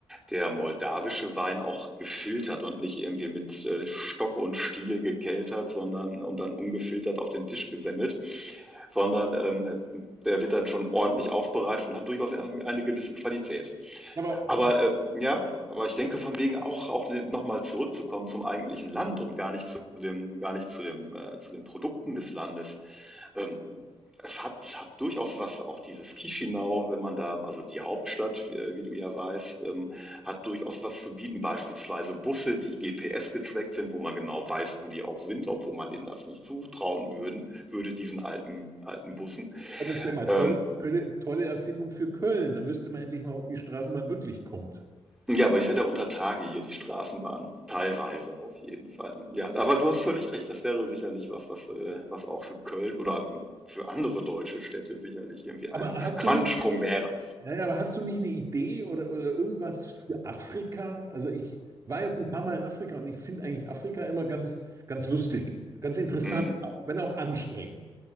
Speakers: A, in the centre; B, on the right.
A: der moldawische Wein auch gefiltert und nicht irgendwie mit äh, Stock und Stiel gekeltert, sondern und dann ungefiltert auf den Tisch gesemmelt, sondern ähm, der wird dann schon ordentlich aufbereitet und hat durchaus eine, eine gewisse Qualität.
B: Aber
A: Aber äh, ja, aber ich denke von wegen auch auch noch mal zurückzukommen zum eigentlichen Land und gar nicht zu dem gar nicht zu dem äh, zu den Produkten des Landes. Ähm, es hat hat durchaus was, auch dieses Chișinău, wenn man da, also die Hauptstadt, wie, äh, wie du ja weißt, ähm, hat durchaus was zu bieten. Beispielsweise Busse, die GPS getrackt sind, wo man genau weiß, wo die auch sind, obwohl man denen das nicht zutrauen würden, würde diesen alten alten Bussen.
B: Oh, Das wäre mal
A: Ähm,
B: tolle, tolle, tolle Erfindung für Köln. Dann wüsste man endlich mal, ob die Straßenbahn wirklich kommt.
A: Ja, weil ich hatte ja unter Tage hier die Straßenbahn, teilweise auf jeden Fall. Ja, aber du hast völlig recht, das wäre sicherlich was, was, äh, was auch für Köln oder ähm, für andere deutsche Städte sicherlich irgendwie ein
B: Aber hast
A: Quantensprung
B: du nicht,
A: wäre.
B: ja, ja, aber hast du nicht eine Idee oder, oder irgendwas für Afrika? Also ich war jetzt ein paar Mal in Afrika und ich finde eigentlich Afrika immer ganz, ganz lustig, ganz interessant,
A: Hm,
B: auch, wenn auch anstrengend